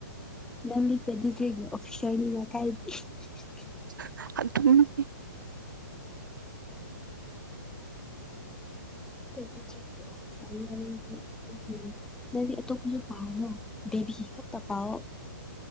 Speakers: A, in the centre; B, on the right (about 70°).
A: ꯅꯪꯗꯤ ꯄ‌ꯦꯗꯤꯒ꯭ꯔꯤꯒꯤ ꯑꯣꯐꯤꯁꯔꯅꯤꯅ ꯀꯥꯏꯗꯦ <unintelligible>
B: ꯑꯥ ꯑꯥ ꯑꯗꯨꯅꯤ
A: ꯄ‌ꯦꯗ꯭ꯔꯤꯒ꯭ꯔꯤꯒꯤ ꯑ‌ꯣꯐꯤꯁꯔꯅꯤꯅ ꯅꯪꯗꯤ <unintelligible> ꯅꯪꯗꯤ ꯑꯇꯣꯞꯄꯁꯨ ꯄꯥꯔꯨꯅꯣ ꯗꯦꯕꯤꯒꯤ ꯈꯛꯇ ꯄꯥꯎꯑꯣ